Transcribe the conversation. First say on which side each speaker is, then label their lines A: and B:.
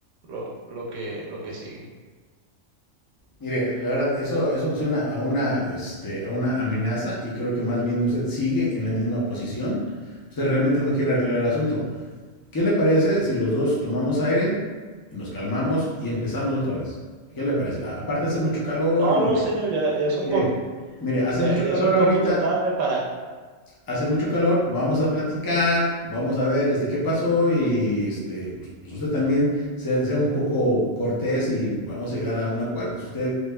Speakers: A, on the right (about 85°); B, on the left (about 25°).
A: lo, lo que, lo que sigue.
B: Mire, la verdad, eso, eso me suena a una, este, a una amenaza y creo que más bien usted sigue en la misma posición. Usted realmente no quiere arreglar el asunto. ¿Qué le parece si los dos tomamos aire y nos calmamos y empezamos otra vez? ¿Qué le parece? A- aparte hace mucho calor,
A: No,
B: y, hombre.
A: no, señor, ya, ya es un
B: Mire,
A: po-
B: mire, hace
A: ya,
B: mucho
A: ya
B: calor
A: es un poquito
B: ahorita
A: tarde para.
B: hace mucho calor, vamos a platicar, vamos a ver este, qué pasó y este, pues, pues, usted también sea, sea un poco cortés y vamos a llegar a un acuerdo. Si usted